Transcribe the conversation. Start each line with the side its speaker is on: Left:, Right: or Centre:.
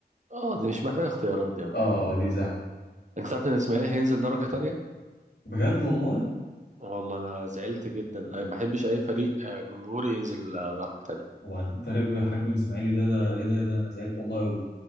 Right: اه دي مش محتاجة اختيارات دي يا معلم
Left: اه اه دي سهله
Right: انت عارف ان الاسماعيلي هينزل درجة تانية
Left: بجد والله
Right: والله انا زعلت جدا انا ما بحبش اي فريق آه، جمهوري ينزل آه، درجة تانية
Left: وبعدين فريق بحجم الاسماعيلي ده ده ايه ده ايه ده انا زعلت والله قوي